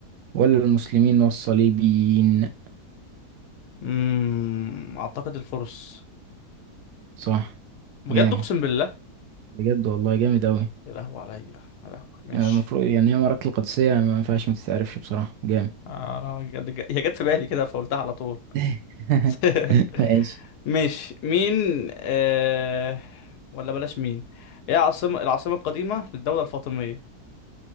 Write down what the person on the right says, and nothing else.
ولا المسلمين والصليبيين
صح
جامد
بجد والله جامد أوي
يعني المفروض يعني هي معركة القادسية ما ينفعش ما تتعرفش بصراحة جامد
<laughs>
ماشي